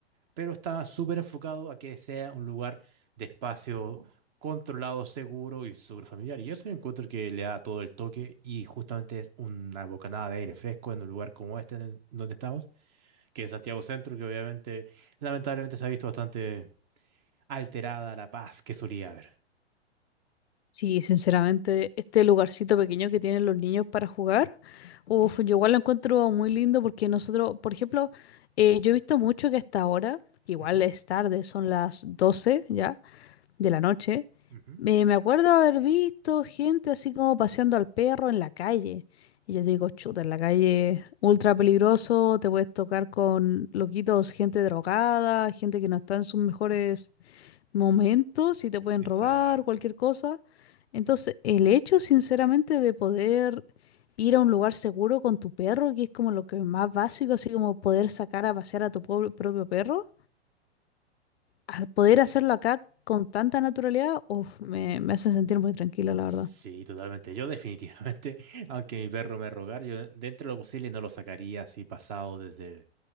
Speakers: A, on the right (about 40°); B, on the left (about 70°).
A: pero está súper enfocado a que sea un lugar de espacio controlado, seguro y súper familiar. Y eso yo encuentro que le da todo el toque y justamente es una bocanada de aire fresco en un lugar como este en el- donde estamos, que es Santiago Centro, que obviamente, lamentablemente se ha visto bastante alterada la paz que solía haber.
B: Sí, sinceramente, este lugarcito pequeño que tienen los niños para jugar, uf, yo igual lo encuentro muy lindo porque nosotros, por ejemplo, eh, yo he visto mucho que hasta ahora, que igual
A: Ujú,
B: es tarde, son las 12 ya de la noche,
A: ujú,
B: Eh, me acuerdo haber visto gente así como paseando al perro en la calle. Y yo digo, chuta, en la calle, ultra peligroso, te puedes tocar con loquitos, gente drogada, gente que no está en sus mejores momentos y te pueden
A: Exacto.
B: robar, cualquier cosa. Entonces, el hecho, sinceramente, de poder ir a un lugar seguro con tu perro, que es como lo que más básico, así como poder sacar a pasear a tu po- propio perro a poder hacerlo acá con tanta naturalidad, uf, me, me hace sentir muy tranquilo, la verdad.
A: Sí, totalmente. Yo definitivamente, <laughs> aunque mi perro me rogar, yo dentro de lo posible no lo sacaría así pasado desde...